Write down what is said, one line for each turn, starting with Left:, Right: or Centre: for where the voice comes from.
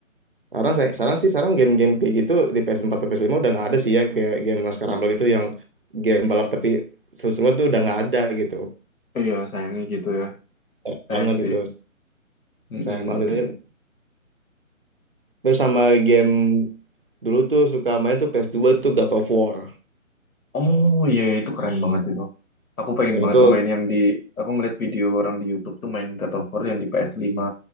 Right: Sekarang saya sekarang sih sekarang game-game kayak gitu di PS4 atau ps lima udah nggak ada sih ya kayak game Laskar
Left: Iya
Right: Rumble gitu yang game balap tapi seru-seruan tuh udah nggak ada gitu.
Left: Eh, iya sayangnya gitu ya,
Right: Jarang
Left: sayang
Right: banget gitu.
Left: sih. Mm-mm.
Right: Sayang banget Terus sama game dulu tuh suka main tuh ps dua tuh God of War.
Left: Oh iya iya, itu keren banget itu. Aku pengen
Right: Nah,
Left: banget
Right: itu
Left: tuh main yang di, aku ngeliat video orang di YouTube tuh main God of War yang di ps lima.